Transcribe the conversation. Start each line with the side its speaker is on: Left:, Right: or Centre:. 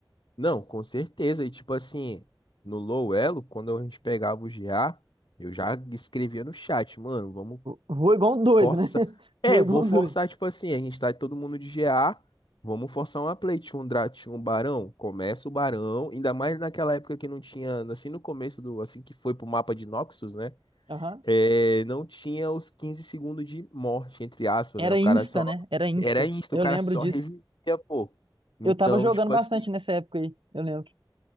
Left: Não, com certeza. E tipo assim, no low elo, quando a gente pegava o GA, eu já escrevia no chat, mano, vamos
Right: Foi igual um doido,
Left: Força.
Right: né? <laughs>
Left: É,
Right: Foi igual
Left: vou forçar,
Right: um doido.
Left: tipo assim, a gente tá todo mundo de GA. Vamos forçar uma play. Tinha um, dra- tinha um barão, começa o barão. Ainda mais naquela época que não tinha, assim no começo do, assim que foi pro mapa de Noxus, né?
Right: Aham.
Left: É, não tinha os 15 segundos de morte, entre aspas,
Right: Era
Left: né? O
Right: Insta,
Left: cara só.
Right: né? Era Insta.
Left: Era isso,
Right: Eu
Left: o cara
Right: lembro
Left: só
Right: disso.
Left: revivia, pô. Então,
Right: Eu tava jogando
Left: tipo
Right: bastante
Left: assim,
Right: nessa época aí. Eu lembro.